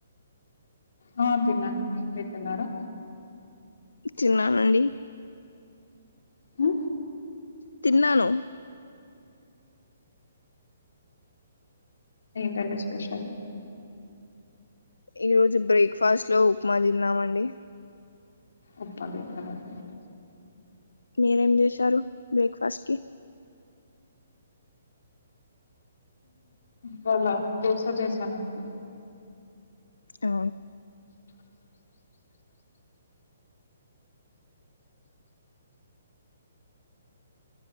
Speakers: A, on the left; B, on the left.
A: ఆ తిన్నానండి మీరు తిన్నారా
B: చిన్నానండి
A: హ
B: తిన్నాను
A: ఏంటండి స్పెషల్
B: ఈ రోజు బ్రేక్ఫాస్ట్ లో ఉప్మా తిన్నామండి
A: ఒ అదే మ అదే
B: మీరేం చేశారు బ్రేక్ఫాస్ట్కి
A: వాల బోసా చేసానుంతే
B: ఆ